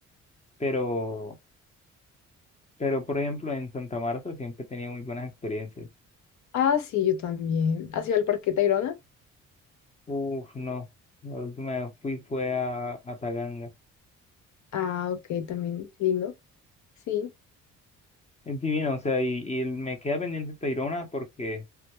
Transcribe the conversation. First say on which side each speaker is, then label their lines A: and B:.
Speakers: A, on the left; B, on the left.
A: pero, pero por ejemplo en Santa Marta siempre tenía muy buenas experiencias.
B: Ah, sí, yo también. ¿Has ido al Parque Tayrona?
A: Uf, no. La última vez fui fue a, a Taganga.
B: Ah, ok, también lindo. Sí.
A: Es divino, o sea, y, y me queda pendiente Tayrona porque